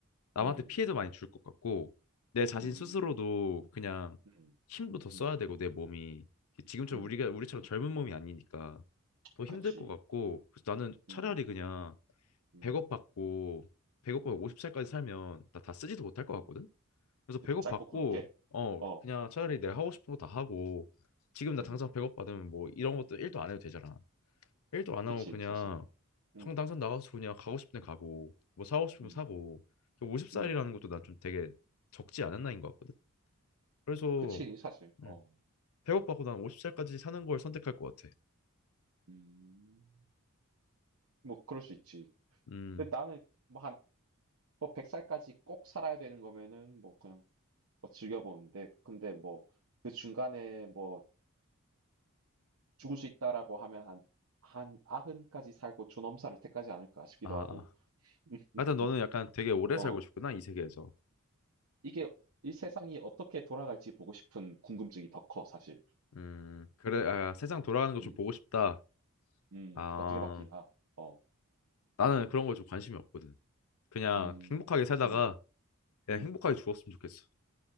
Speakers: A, on the left; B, on the right.
A: 남한테
B: 음.
A: 피해도 많이 줄 것 같고, 내 자신
B: 음.
A: 스스로도 그냥
B: 음.
A: 힘도 더 써야
B: 음.
A: 되고, 내 몸이. 지금처럼
B: 음.
A: 우리가, 우리처럼 젊은 몸이 아니니까 더 힘들
B: 그치.
A: 것 같고, 그래서 나는 차라리
B: 음.
A: 그냥
B: 음.
A: 100억 받고, 100억 받고
B: 음.
A: 50살까지 살면 나 다 쓰지도 못할 것 같거든?
B: 음.
A: 그래서 배고받고
B: 그 짧고 굵게.
A: 어
B: 어.
A: 그냥 차라리 내가 하고 싶은 거 다 하고 지금 나
B: 음.
A: 당장 배고받으면 뭐 이런 것도 일도 안 해도 되잖아. 일도 안
B: 그치,
A: 하고 그냥
B: 사실. 음.
A: 당 당장 나가서 그냥 가고 싶은 데 가고 뭐 사고 싶으면
B: 음.
A: 사고 50살이라는
B: 음.
A: 것도 난 좀 되게 적지 않은 나이인 것 같거든. 그래서
B: 그치, 사실. 어.
A: 음, 배고받고난 50살까지 사는 걸 선택할 것 같아.
B: 음. 뭐 그럴 수 있지.
A: 음,
B: 근데 나는 뭐 한 뭐 100살까지 꼭 살아야 되는 거면은 뭐 그냥 뭐 즐겨 보는데 근데 뭐 그 중간에 뭐 죽을 수 있다라고 하면 한 한 90까지 살고 존엄사를 택하지 않을까 싶기도
A: 아,
B: 하고.
A: 아.
B: <laughs>
A: 하여튼 너는 약간 되게 오래
B: 어.
A: 살고 싶구나 이 세계에서.
B: 이게 이 세상이 어떻게 돌아갈지 보고 싶은 궁금증이 더 커 사실.
A: 음, 그래, 아, 세상 돌아가는 거 좀
B: 음.
A: 보고 싶다.
B: 음.
A: 아,
B: 어떻게 바뀌나. 어.
A: 나는 그런 거 좀 관심이 없거든. 그냥
B: 음.
A: 행복하게 살다가
B: 음.
A: 그냥
B: 음.
A: 행복하게 죽었으면 좋겠어.